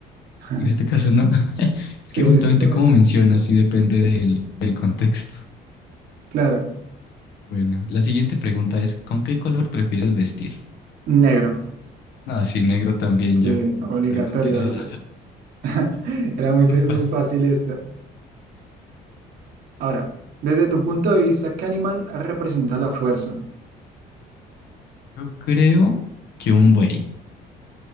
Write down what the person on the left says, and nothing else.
en este caso no. <laughs> Es
que
justamente
como mencionas, sí depende del, del contexto.
Bueno, la siguiente pregunta es, ¿con qué color prefieres vestir?
Ah, sí, negro también
yo.
La pregunta era <laughs>
muy
fácil.
Yo creo que un buey.